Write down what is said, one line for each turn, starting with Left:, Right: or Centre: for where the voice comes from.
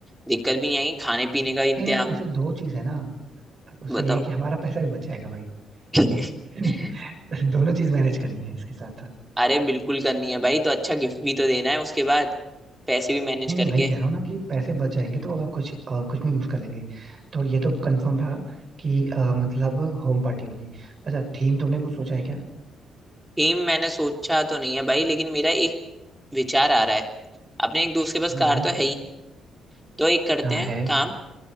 Centre: दिक्कत भी नहीं आएगी खाने पीने का इंतजाम
Right: नहीं नहीं उसे दो चीज है ना उसे
Centre: बताओ
Right: ये है कि हमारा पैसा भी बच जाएगा भाई
Centre: <laughs>
Right: <laughs> दोनों चीज मैनेज करनी है इसके साथ
Centre: अरे बिल्कुल करनी है भाई तो अच्छा गिफ्ट भी तो देना है उसके बाद पैसे भी मैनेज
Right: नहीं नहीं
Centre: करके
Right: भाई कह रहा हूँ ना कि पैसे बच जाएंगे तो और कुछ और कुछ में यूज कर लेंगे तो ये तो कंफर्म रहा कि अ, मतलब होम पार्टी होगी अच्छा थीम तुमने कुछ सोचा है क्या
Centre: थीम मैंने सोचा तो नहीं है भाई लेकिन मेरा एक विचार आ रहा है अपने एक दोस्त के पास
Right: हम्म
Centre: कार तो है ही तो एक करते
Right: हाँ
Centre: हैं
Right: है
Centre: काम